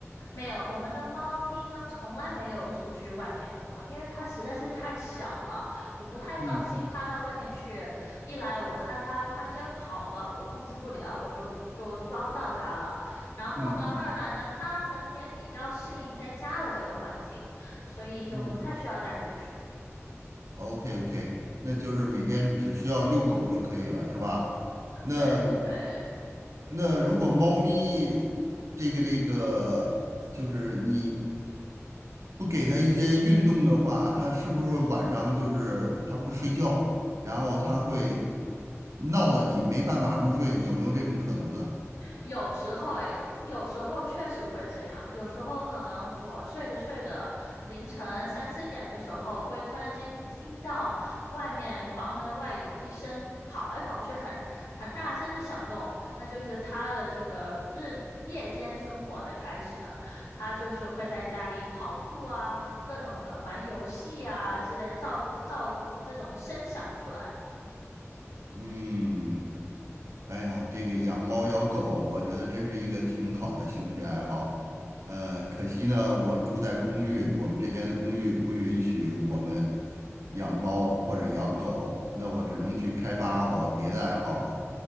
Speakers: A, on the left (about 85°); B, on the right (about 70°).
A: 没有，我们的猫咪呢，从来没有出去外面过，因为它实在是太小了，我不太放心它到外面去。
B: 嗯
A: 一来我怕它突然间跑了，我控制不了，我就就抓不到它了。然后呢，
B: 嗯嗯
A: 二来呢，它们也比较适应在家的这个环境，所以就不太需要带出去。
B: 嗯，OK OK，那就是每天只需要遛狗就可以了，是吧？那
A: 对对对，
B: 那如果猫咪这个这个，就是你不给它一些运动的话，它是不是会晚上就是它不睡觉，然后它会闹得你没办法入睡？有没有这种可能呢？
A: 有时候诶，有时候确实会这样。有时候可能我睡着睡着，凌晨三四点的时候，会突然间听到外面房门外有一声跑来跑去很很大声的响动，那就是他的这个日夜间生活的开始。他就是会在家里跑酷啊，各种的玩游戏啊之类，造造这种声响出来
B: 嗯，哎呀，这个养猫养狗，我觉得真是一个挺好的兴趣爱好。呃，可惜呢，我住在公寓，我们这边的公寓不允许我们养猫或者养狗，那我只能去开发我别的爱好了。